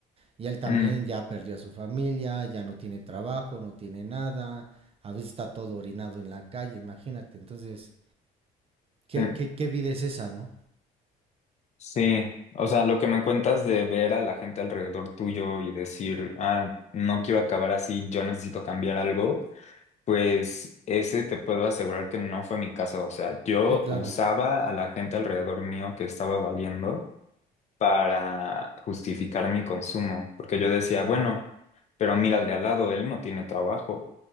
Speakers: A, on the right; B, on the left.
A: Y él también
B: mm,
A: ya perdió a su familia, ya no tiene trabajo, no tiene nada, a veces está todo orinado en la calle, imagínate. Entonces, ¿qué,
B: sí.
A: qué, qué vida es esa, no?
B: Sí, o sea, lo que me cuentas de ver a la gente alrededor tuyo y decir, ah, no quiero acabar así, yo necesito cambiar algo, pues ese te puedo asegurar que no fue mi caso. O sea, yo
A: Sí, claro.
B: usaba a la gente alrededor mío que estaba valiendo para justificar mi consumo, porque yo decía,
A: Ujú.
B: bueno, pero mira al de al lado, él no tiene trabajo.